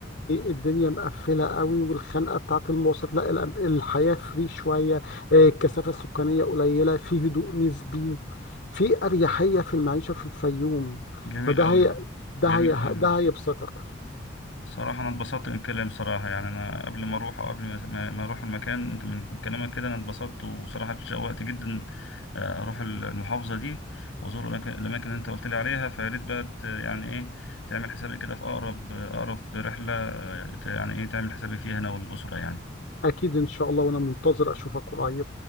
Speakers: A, on the left; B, on the left.
A: الدنيا مقفلة قوي والخنقة بتاعت المواصلات لا الأم- الحياة فري شوية إيه، الكثافة السكانية قليلة في هدوء نسبي في أريحية في المعيشة في الفيوم
B: جميل
A: فده
B: أوي
A: هي ده
B: جميل
A: هي
B: أوي
A: ده هيبسطك
B: صراحة أنا اتبسطت من الكلام صراحة يعني أنا قبل ما أروح أو قبل ما ما ما أروح المكان أنت من كلامك كده أنا اتبسطت وصراحة اتشوقت جدا آه، أروح المحافظة دي وأزور الأماكن الأماكن اللي أنت قلت لي عليها فيا ريت بقى ت- يعني إيه تعمل حسابي كده في أقرب آه، أقرب رحلة آه، ت- يعني إيه تعمل حسابي فيها أنا والأسرة يعني
A: أكيد إن شاء الله وأنا منتظر أشوفك قريب